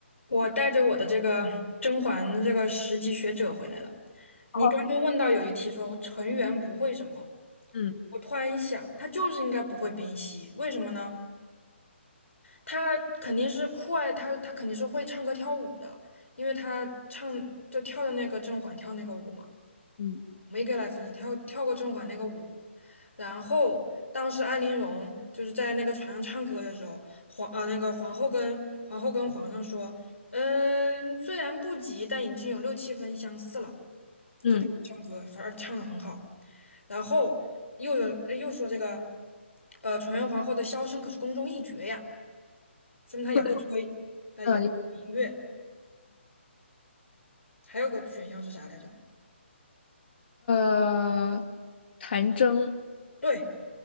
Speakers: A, on the left (about 85°); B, on the left (about 55°).
A: 我带着我的这个甄嬛这个十级学者回来了。你刚刚问到有一题说纯元不会什么，
B: 哦，嗯
A: 我突然一想，他就是应该不会冰嬉，为什么呢？他肯定是酷爱他，他肯定是会唱歌跳舞的，因为他唱就跳的那个甄嬛跳那个舞嘛。
B: 嗯
A: 我们一个来分析，跳跳过甄嬛那个舞，然后当时安陵容就是在那个船上唱歌的时候，皇呃那个皇后跟皇后跟皇上说，嗯，虽然不及，但已经有六七分相似了，
B: 嗯，
A: 唱歌反而唱得很好。然后又有又说这个，呃，纯元皇后的箫声可是宫中一绝呀，说明她也会吹，
B: 对，
A: 她也会音乐。
B: 嗯，
A: 还有个选项是啥来着？
B: 嗯呃，弹筝，
A: 对